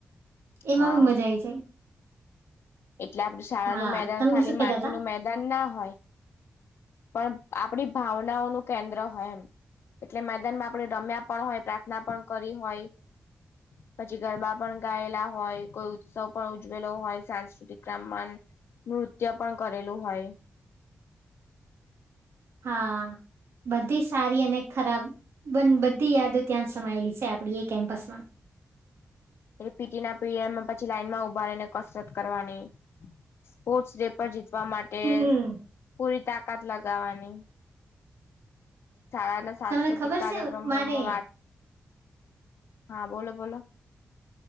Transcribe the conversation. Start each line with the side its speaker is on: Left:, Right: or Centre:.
Right: એમાં
Left: હા
Right: બી મજા આઈ જાય
Left: એટલે આપડે શાળા
Right: હા
Left: નું મેદાન
Right: તમે
Left: ખાલી
Right: શું કેતા
Left: માટીનું
Right: હતા
Left: મેદાન ના હોય પણ આપણી ભાવનાઓનું કેન્દ્ર હોય એમ એટલે મેદાનમાં આપણે રમ્યા પણ હોય પ્રાર્થના પણ કરી હોય પછી ગરબા પણ ગાયેલા હોય કોઈ ઉત્સવ પણ ઉજવેલો હોય સાસ તિક્રમમાંન નૃત્ય પણ કરેલું હોય
Right: હા બધી સારી અને ખરાબ બધી યાદો ત્યાં સમાયેલી છે આપડી એ કેમ્પસમાં.
Left: એટ પીટીના પીરયડમાં પછી લાઈનમાં ઉભા રહીને કસરત કરવાની. સ્પોર્ટ્સ ડે પર જીતવા માટે
Right: હમ
Left: પૂરી તાકાત લગાવાની. <unintelligible> સાંસ્કૃતિક
Right: તમને ખબર
Left: કાર્યક્રમોમાં
Right: છે મારે
Left: વાત હા બોલો બોલો